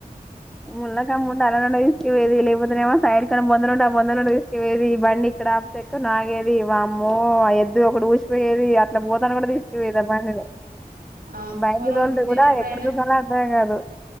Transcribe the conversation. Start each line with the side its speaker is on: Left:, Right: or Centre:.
Centre: ముళ్లకమ్ ఉంటే <unintelligible> లేకపోతేనేమో సైడ్ కన్నా బొందలుంటే ఆ బొంద నుండి తీసుకుపోయేది ఈ బండి ఇక్కడ ఆ ఎక్కడ నాగేది వామ్మో ఆ ఎద్దు ఒకటి ఊసిపోయేది. అట్లా పోతానంటే కూడా తీసుకుపోయేది ఆ బండిని
Right: ఆ
Centre: బైక్
Right: పొలం
Centre: ను తోలుతే
Right: దున్నేటప్పుడు
Centre: కూడా ఎక్కడ దూకాలో అర్థం కాదు.